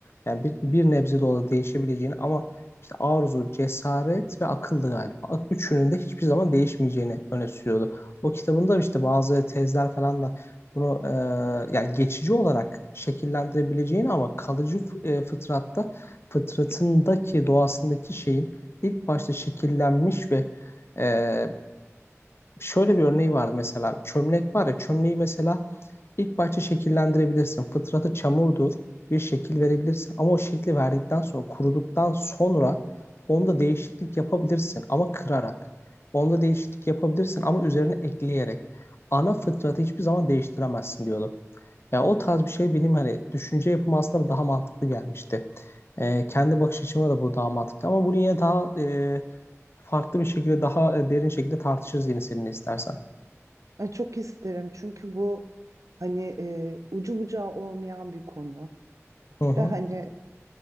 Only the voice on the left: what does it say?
yani bir, bir nebze de olsa değişebileceğini ama işte arzu, cesaret ve akıllı galiba. Üçünün de hiçbir zaman değişmeyeceğini öne sürüyordu. O kitabında işte bazı tezler falan da bunu e, yani geçici olarak şekillendirebileceğini ama kalıcı e, fıtratta fıtratındaki doğasındaki şeyin ilk başta şekillenmiş ve e, şöyle bir örneği vardı mesela. Çömlek var ya çömleği mesela ilk başta şekillendirebilirsin. Fıtratı çamurdur. Bir şekil verebilirsin. Ama o şekli verdikten sonra kuruduktan sonra onda değişiklik yapabilirsin ama kırarak. Onda değişiklik yapabilirsin ama üzerine ekleyerek. Ana fıtratı hiçbir zaman değiştiremezsin diyordu. Ya o tarz bir şey benim hani düşünce yapımı aslında daha mantıklı gelmişti. Ee, kendi bakış açıma da bu daha mantıklı ama bunu yine daha e, farklı bir şekilde daha e, derin şekilde tartışırız yine seninle istersen.
Hı hı.